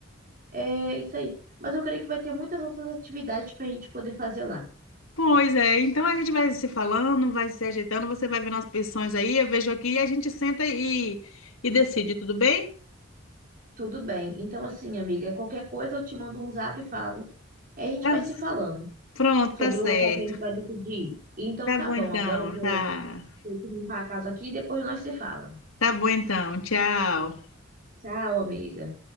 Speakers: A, on the right; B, on the left.
A: É isso aí. Mas eu creio que vai ter muitas outras atividades pra gente poder fazer lá.
B: Pois é, então a gente vai se falando, vai se ajeitando, você vai vendo as pensões aí, eu vejo aqui e a gente senta e, e decide, tudo bem?
A: Tudo bem. Então, assim, amiga, qualquer coisa eu te mando um zap e falo. Aí a gente
B: Tá,
A: vai se falando
B: pronto,
A: sobre
B: tá certo.
A: o local que a gente vai decidir. ir. Então
B: Tá
A: tá
B: bom
A: bom,
B: então,
A: agora eu vou
B: tá.
A: ter que limpar a casa aqui e depois nós se fala.
B: Tá bom então, tchau.
A: Tchau, amiga.